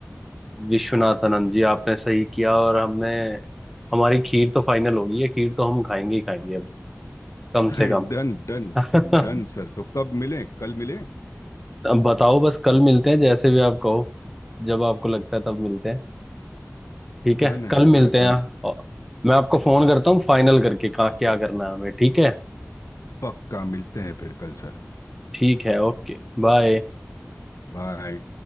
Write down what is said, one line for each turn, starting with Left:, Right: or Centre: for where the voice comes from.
Centre: विश्वनाथन जी आपने सही किया और हमने हमारी खीर तो फाइनल होगी है खीर तो हम खाएंगे ही खाएंगे अब कम
Left: <laughs>
Centre: से कम
Left: Done done
Centre: <laughs>
Left: डन सर तो कब मिलें कल मिलें
Centre: अब बताओ बस कल मिलते हैं जैसे भी आप कहो जब आपको लगता है तब मिलते हैं ठीक है
Left: डन है
Centre: कल मिलते
Left: सर
Centre: हैं
Left: डन
Centre: और मैं आपको फोन करता हूँ फाइनल करके कहाँ क्या करना है हमें ठीक है
Left: पक्का मिलते हैं फिर कल सर
Centre: ठीक है ओके बाय
Left: बाय